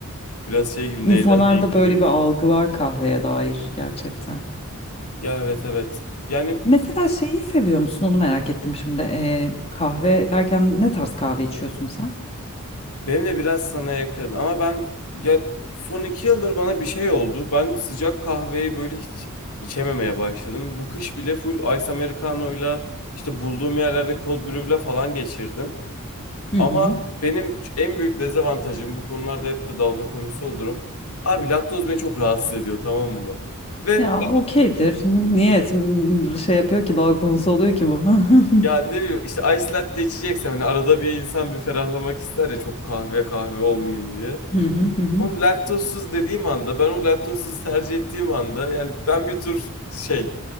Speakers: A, on the left; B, on the left.
A: biraz şey gibi
B: İnsanlarda
A: neyden neyi koruyoruz.
B: böyle bir algı var kahveye dair gerçekten.
A: Ya evet evet. Yani
B: Mesela şeyi seviyor musun onu merak ettim şimdi. E, kahve derken ne tarz kahve içiyorsun sen?
A: benim de biraz sana yakın ama ben ya son iki yıldır bana bir şey oldu. Ben sıcak kahveyi böyle hiç içememeye başladım. Bu kış bile full Ice Americano'yla işte bulduğum yerlerde cold brew'le falan geçirdim.
B: Hı
A: Ama
B: hı.
A: benim en büyük dezavantajım bu konularda hep de dalga konusu olurum. Abi laktoz beni çok rahatsız ediyor tamam mı? Ve
B: Ya okeydir. Niyet m- şey yapıyor ki dalga konusu oluyor ki bu. <laughs> Hı
A: ya ne bileyim işte ice latte içeceksem hani arada bir insan bir ferahlamak ister ya çok kahve kahve olmayayım diye.
B: hı hı. hı.
A: Onu laktozsuz dediğim anda ben o laktozsuz tercih ettiğim anda yani ben bir tür şey